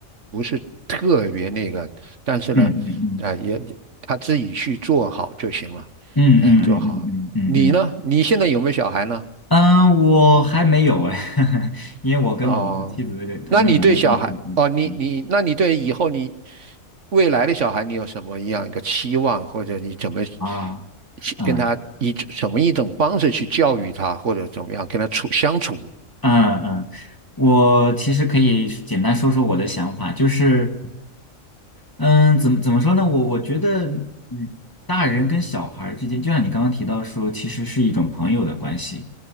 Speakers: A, on the right; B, on the left.
A: 不是特别那个，但是呢，
B: 嗯嗯嗯
A: 哎，也他自己去做好就行了，
B: 嗯嗯嗯嗯嗯嗯嗯，
A: 哎，做好。你呢？你现在有没有小孩呢？
B: 嗯，我还没有哎，<laughs> 因为我跟我的妻子，
A: 哦，那你对小孩，
B: 我们两个刚结婚嗯
A: 哦，你你，那你对以后你未来的小孩，你有什么样一个期望，或者你怎么去跟他以什么一种方式去教育他，
B: 啊，嗯
A: 或者怎么样跟他处相处？
B: 嗯嗯，嗯我其实可以简单说说我的想法，就是。嗯，怎么怎么说呢？我我觉得，嗯，大人跟小孩儿之间，就像你刚刚提到说，其实是一种朋友的关系，